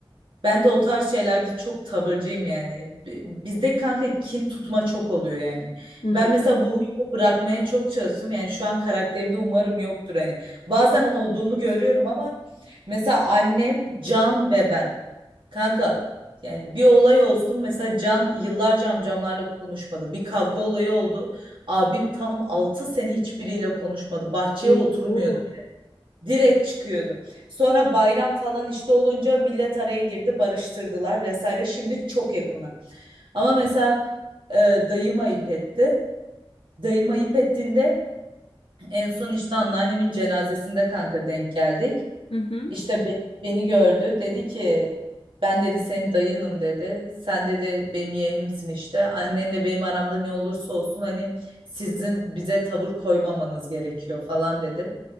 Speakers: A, on the right; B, on the left.
A: Ben de o tarz şeylerde çok tavırcıyım yani. Bi- Bizde kanka kin tutma çok oluyor yani.
B: Hmm.
A: Ben mesela bu huyu bırakmaya çok çalıştım. Yani şu an karakterimde umarım yoktur hani. Bazen olduğunu görüyorum ama mesela annem, Can ve ben. Kanka yani bir olay olsun mesela Can yıllarca amcamlarla konuşmadı. Bir kavga olayı oldu. Abim tam 6 sene hiçbiriyle konuşmadı. Bahçeye
B: Oo.
A: oturmuyordu. Direkt çıkıyordu. Sonra bayram falan işte olunca millet araya girdi, barıştırdılar vesaire. Şimdi çok yakınlar. Ama mesela e, dayım ayıp etti. Dayım ayıp ettiğinde en son işte anneannemin cenazesinde kanka denk geldik.
B: Hı hı.
A: İşte be- beni gördü dedi ki ben dedi senin dayınım dedi. Sen dedi benim yeğenimsin işte. Annenle benim aramda ne olursa olsun hani sizin bize tavır koymamanız gerekiyor falan dedi.